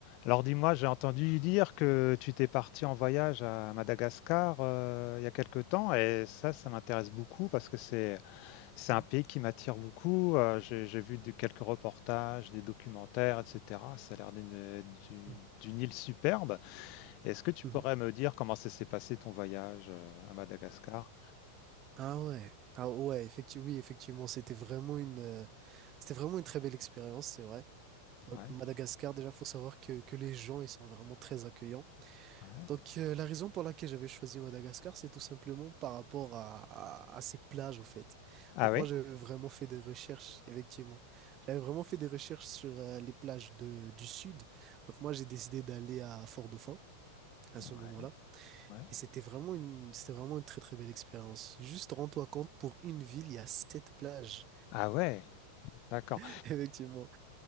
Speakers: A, on the left; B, on the right.
A: Alors dis-moi, j'ai entendu dire que tu t'es parti en voyage à Madagascar euh, il y a quelque temps et ça, ça m'intéresse beaucoup parce que c'est c'est
B: Mhm.
A: un pays qui m'attire beaucoup. Euh, j'ai j'ai vu de- quelques reportages, des documentaires, etc. Ça a l'air d'une d'une
B: Mhm.
A: d'une île superbe. Est-ce que tu
B: Mhm.
A: pourrais me dire comment ça s'est passé ton voyage euh, à Madagascar?
B: Ah ouais. Ah ouais, effectivement, oui, effectivement, c'était vraiment une, euh, c'était vraiment une très belle expérience, c'est vrai. Donc
A: Ouais.
B: Madagascar, déjà, faut savoir que, que les gens, ils sont vraiment très accueillants.
A: Ouais,
B: Donc euh, la raison pour laquelle j'avais choisi Madagascar, c'est tout simplement par rapport à, à, à ces plages, au fait.
A: Ah
B: Donc
A: oui?
B: moi, j'avais vraiment fait des recherches, effectivement. J'avais vraiment fait des recherches sur euh, les plages de, du sud. Donc moi, j'ai décidé d'aller à Fort-Dauphin à
A: ouais,
B: ce moment-là.
A: ouais,
B: Et c'était vraiment une, c'était vraiment une très très belle expérience. Juste rends-toi compte, pour une ville, il y a sept plages.
A: Ah ouais, d'accord.
B: <laughs> Effectivement.